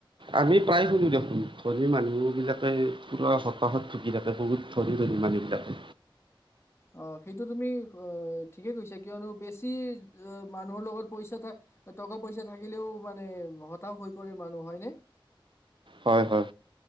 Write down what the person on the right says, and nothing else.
আমি প্ৰায় শুনো দেখোন, ধনী মানুহবিলাকে পুৰা হতাশাত ভুগি থাকে। ধনী, ধনী মানুহ বিলাকে।
হয়, হয়,